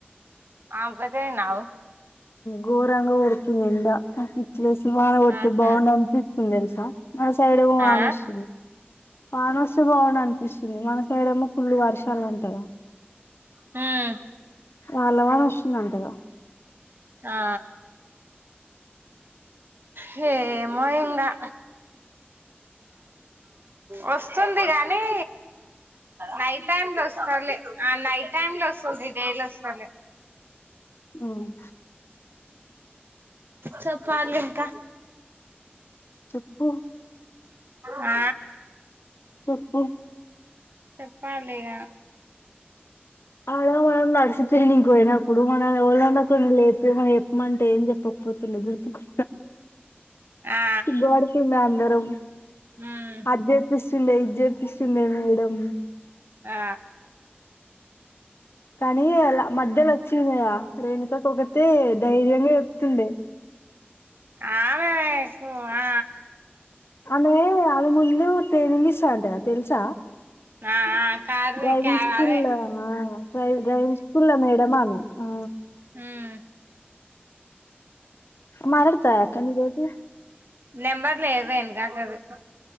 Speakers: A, on the right; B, on the left.
A: ఆ బాధే నావు
B: గోరంగా కొడుతుంది ఇంకా పిచ్చి లేసి వాన కొడితే
A: ఆహా
B: బాగుండు అనిపిస్తుంది తెలుసా మన సైడ్ ఏమో వాన
A: ఆ
B: వస్తుంది వాన వస్తే బావుండు అనిపిస్తుంది మనసైడ్ ఏమో ఫుల్ వర్షాలు అంటాగా
A: హ్మ్
B: రాళ్లవన వస్తుందంటగా
A: ఆ హే ఏమో ఇంగా వస్తుంది గానీ నై టైం లో వస్తాలే ఆ నైట్ టైం లో వస్తుంది డై లో వస్తాలే
B: హ్మ్
A: చెప్పాల ఇంకా
B: చెప్పు
A: ఆ
B: చెప్పు
A: చెప్పా అ <unintelligible>
B: ఆలో నర్స్ ట్రైనింగ్కి అయినప్పుడు ఇప్పుడు మన వాళ్ళ ఉండకుండా లేపేమ చెప్పమంటే ఏం చెప్పకపోతుండ గుర్తుకు
A: ఆ
B: గోడికింద అందరూ
A: ఉమ్
B: అధ్యాపీ ఇండే చెప్పస్తున్నా మేడం
A: ఆ
B: కానీ అలా మధ్యలో వచ్చి ఇండియా రేణుక కొగతే ధైర్యంగా చెప్తుండే
A: ఆమెకు ఆ
B: ఆమె అవి ముందు తనిగిస్తా అంట తెలుసా
A: ఆ ఆ కారుది
B: డ్రైవింగ్
A: క్యా
B: స్కూల్
A: అదే
B: లనా డ్రై డ్రైవింగ్ స్కూల్ మేడంఆమె ఆ
A: ఉమ్
B: మారలాతా కానీదివది
A: నెంబర్ లేదు వెనకాకది